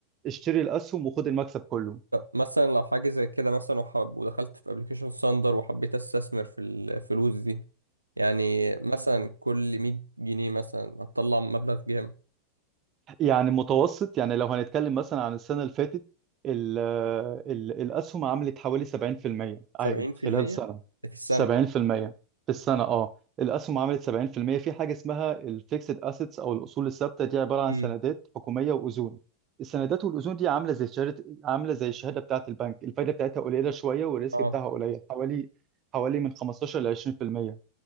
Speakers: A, on the right (about 30°); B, on the right (about 80°).
A: اشتري الاسهم وخد المكسب كله
B: مثلا لو حاجة زي كده مثلا وحب ودخلت في ابلكيشن ساندر وحبيت استثمر في الفلوس دي يعني مثلا كل 100 جنيه مثلا هتطلع مبلغ جامد
A: يعني متوسط يعني لو هنتكلم مثلا عن السنة اللي فاتت ال ال الأسهم عملت حوالي 70%
B: 70%
A: عائد خلال سنة
B: ده في السنة
A: 70% في المية في السنة اه الأسهم عملت 70% في المية. في حاجة اسمها الفيكسد أسيتس أو الأصول الثابتة دي عبارة عن
B: امم
A: سندات حكومية وأذون السندات والأذون دي عاملة زي شهادة عاملة زي الشهادة بتاعة البنك الفايدة بتاعتها قليلة شوية والريسك
B: اه
A: بتاعها قليل حوالي حوالي من 15 ل 20%